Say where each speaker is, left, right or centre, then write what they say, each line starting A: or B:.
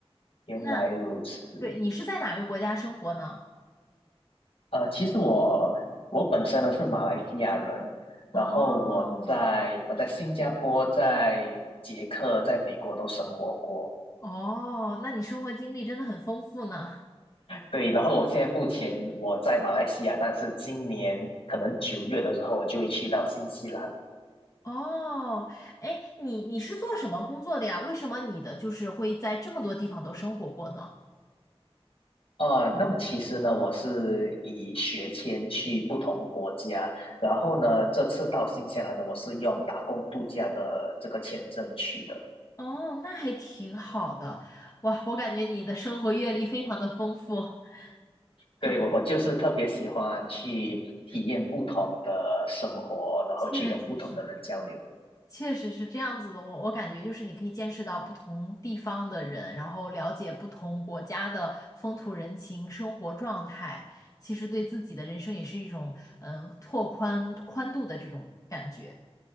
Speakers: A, on the left; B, on the left.
A: 原来如此。
B: 那对你是在哪个国家生活呢？
A: 呃，其实我我本身呢是马来西亚人，然后我在我在新加坡、
B: 哦
A: 在捷克、在美国都生活过。
B: 哦，那你生活经历真的很丰富呢。
A: 对，然后我现在目前我在马来西亚，但是今年可能九月的时候，我就会去到新西兰，
B: 哦，哎，你你是做什么工作的呀？为什么你的就是会在这么多地方都生活过呢？
A: 呃，那么其实呢，我是以学签去不同国家，然后呢，这次到新西兰呢，我是用打工度假的这个签证去的。
B: 哦，那还挺好的。哇，我感觉你的生活阅历非常的丰富，<laughs>
A: 对，
B: 很
A: 我我就是特别喜欢去体验不同的生活，然后去跟不同的人交流。
B: 确实是。确实是这样子的，我我感觉就是你可以见识到不同地方的人，然后了解不同国家的风土人情、生活状态，其实对自己的人生也是一种嗯呃拓宽宽度的这种感觉，